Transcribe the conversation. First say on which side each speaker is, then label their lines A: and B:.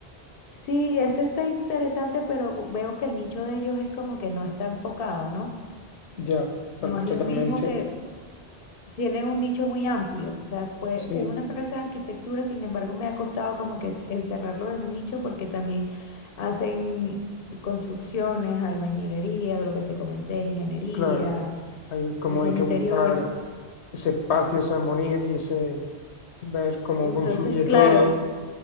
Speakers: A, on the left; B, on the left.
A: sí, este está interesante, pero veo que el nicho de ellos es como que no está enfocado, ¿no?
B: Ya,
A: No
B: to-
A: es
B: totalmente.
A: lo mismo que tiene un nicho muy amplio. O sea, pues,
B: Sí,
A: es una empresa de arquitectura, sin embargo, me ha costado como que es- encerrarlos en un nicho porque también hacen construcciones, albañilería, lo que te comenté, ingeniería,
B: claro. Ahí como
A: diseño
B: hay que
A: interior.
B: buscar ese espacio, esa armonía y ese ver cómo
A: Entonces,
B: confluye
A: claro,
B: todo
A: y,